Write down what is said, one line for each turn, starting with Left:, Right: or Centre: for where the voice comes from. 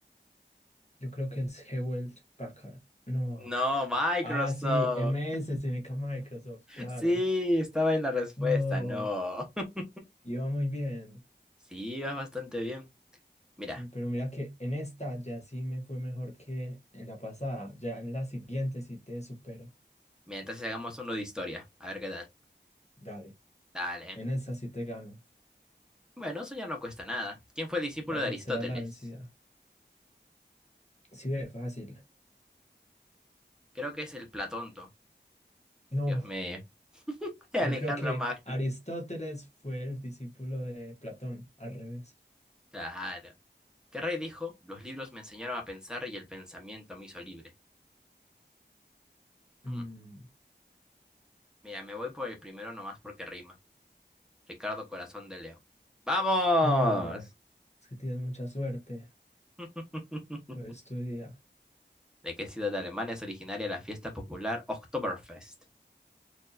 Left: yo creo que es Hewlett Packard. No.
Centre: No, Microsoft.
Left: Ah, sí, M S significa Microsoft, claro.
Centre: Sí, estaba en la respuesta.
Left: No,
Centre: No. <laughs>
Left: iba muy bien.
Centre: Sí, vas bastante bien. Mira,
Left: Sí, pero mira que en esta ya sí me fue mejor que en la pasada. Ya en la siguiente sí te supero.
Centre: mira, entonces hagamos uno de historia. A ver qué tal.
Left: Dale,
Centre: Dale.
Left: en esta sí te gano.
Centre: Bueno, eso ya no cuesta nada. ¿Quién fue el discípulo
Left: La
Centre: de
Left: tercera
Centre: Aristóteles?
Left: es la vencida. Sí, ve, fácil.
Centre: Creo que es el Platonto.
Left: No,
Centre: Dios mío. <laughs> Alejandro
Left: yo creo que
Centre: Magno.
Left: Aristóteles fue el discípulo de Platón, al revés.
Centre: Claro. ¿Qué rey dijo? Los libros me enseñaron a pensar y el pensamiento me hizo libre.
Left: Mm,
Centre: Mm. Mira, me voy por el primero nomás porque rima. Ricardo Corazón de León. ¡Vamos!
Left: no, es que tienes mucha suerte.
Centre: <laughs>
Left: Hoy es tu día.
Centre: ¿De qué ciudad de Alemania es originaria la fiesta popular Oktoberfest?